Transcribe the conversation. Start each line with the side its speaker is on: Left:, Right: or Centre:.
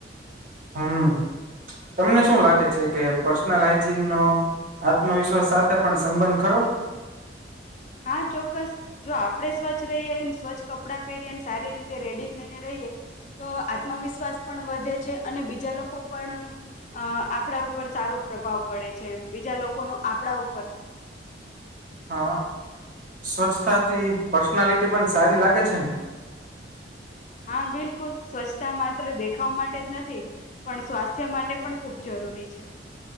Right: હમ તમને શું લાગે છે, કે પર્સનલાઇઝીગ નો આત્મવિશ્વાસ સાથે પણ સંબંધ ખરો?
Left: હા ચોક્કસ જો આપણેે સ્વચ્છ રહીએને સ્વચ્છ કપડાં પહેરીએને સારી રીતે રેડી થઈને રહીએ તો આત્મવિશ્વાસ પણ વધે છે અને બીજા લોકો પણ અ આપણા ઉપર સારો પ્રભાવ પડે છે, બીજા લોકોનો આપણા ઉપર
Right: હા. સ્વચ્છતાથી પર્સનાલિટી પણ સારી લાગે છે, ને
Left: હા બિલકુલ સ્વચ્છતા માત્ર દેખાવ માટે જ નથી પણ સ્વાસ્થ્ય માટે પણ ખૂબ જરૂરી છે.